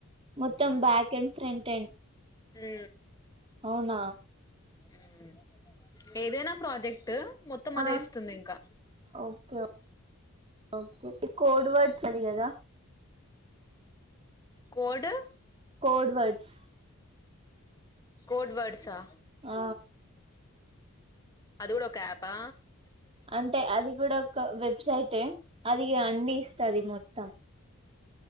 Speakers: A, on the right; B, on the left.
A: మొత్తం బ్యాక్ అండ్ ఫ్రంట్ అండ్
B: ఆ
A: అవునా
B: ఉవ్వు ఏదైనా ప్రాజెక్ట్ మొత్తం అదే
A: ఆ
B: ఉమ్ఇస్తుంది ఇంకా.
A: ఓకే ఓకే ఈ కోడ్ వర్డ్స్ అది కదా?
B: కోడు
A: కోడ్వడ్స్
B: కోడ్ వర్డ్స ఆ
A: ఆ
B: అది కూడా ఒక యపా
A: అంటే అది కూడా ఒక వెబ్సైటే, అది అన్ని ఇస్తది మొత్తం.